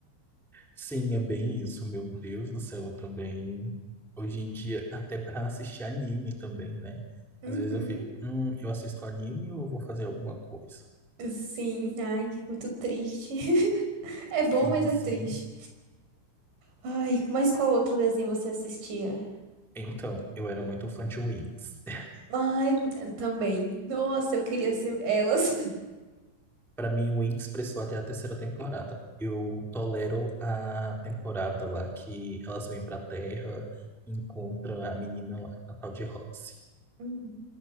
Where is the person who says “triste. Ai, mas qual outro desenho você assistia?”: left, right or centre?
Right